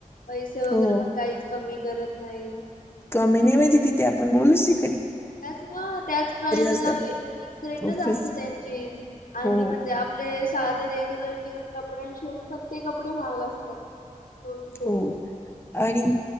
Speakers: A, on the left; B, on the left.
A: पैसे वगैरे
B: हो
A: पण काहीच कमी करत नाही.
B: कमी नाही बाई तिथे आपण बोलूशी
A: त्याच ह त्याच प्राइजला
B: असतात
A: फि-फिक्स रेटच
B: ऑफिस
A: असते त्यांची. आणि
B: हो
A: म्हणजे आप आपले साधे रेग्युलरचे कपड्यां शिवून पण ते कपडे महाग असतात. स्कूलचे.
B: हो आणि